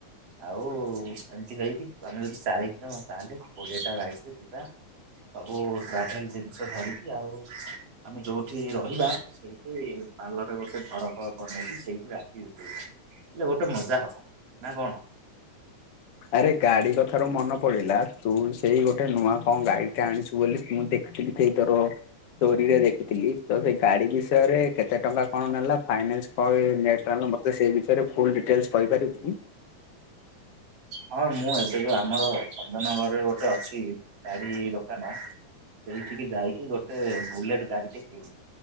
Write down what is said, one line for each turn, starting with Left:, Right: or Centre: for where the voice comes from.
Right: ଆଉ ଏମିତି ହେଇକି ଆମେ ଯଦି ଚାଳିଶି ଜଣ, ତା ହେଲେ କୋଡିଏ ଟା ବାଇକ୍ ରେ ଯିବା। ସବୁ ଟ୍ରାଭେଲ୍ ଜିନିଷ ଧରିକି ଆଉ ଆମେ ଯୋଉଠି ରହିବା, ସେଇ ଏଇ ପାଲ ରେ ଗୋଟେ ସଡ଼କ ବନେଇକି ସେଇଟି ରାତି ବିତେଇ ଲେ, ହେଲେ ଗୋଟେ ମଜା ହବ। ନା କଣ?
Left: ଆରେ, ଗାଡି କଥାରୁ ମନେ ପଡିଲା, ତୁ ସେଇ ଗୋଟେ ନୂଆ କଣ ଗାଡି ଆଣିଛୁ ବୋଲି ମୁଁ ଦେଖିଥିଲି, ସେଇ ତୋର ଷ୍ଟୋରିରେ ଦେଖିଥିଲି ତ ସେ ଗାଡି ବିଷୟରେ କେତେ ଟଙ୍କା କଣ ନେଲା, ଫାଇନାନ୍ସ କଣ ନେଟ୍ ଆଣିଲ, ମତେ ସେ ବିଷୟରେ ଫୁଲ୍ ଡିଟେଲ୍ସ କହିପାରିବୁ କି?
Right: ହଁ, ମୁଁ ଏବେ ଯଉ ଆମର ଭଞ୍ଜନଗରରେ ଗୋଟେ ଅଛି, ଗାଡି ଦୋକାନ। ସେଇଠିକି ଯାଇକି ଗୋଟେ ବୁଲେଟ୍ ଗାଡିଟେ କିଣିଚି।